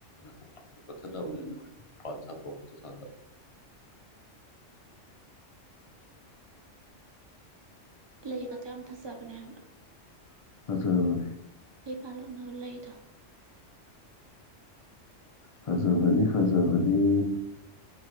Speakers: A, on the left (about 45°); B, on the right (about 35°).
A: <unintelligible> ꯀꯛꯊꯠꯅꯕꯅꯤꯅꯀ‌ꯣ
B: ꯎꯝ
A: <unintelligible> ꯁꯥꯟꯗ
B: ꯂꯩꯒꯗꯣ
A: <unintelligible>
B: ꯌꯥꯝ ꯐꯖꯕꯅꯦ ꯍꯥꯏꯕ
A: ꯑꯗꯨꯖ
B: ꯍꯩ ꯄꯥꯜꯂꯛꯅꯕ ꯂꯩꯗꯣ
A: ꯐꯖꯕꯅꯤ ꯐꯖꯕꯅꯤ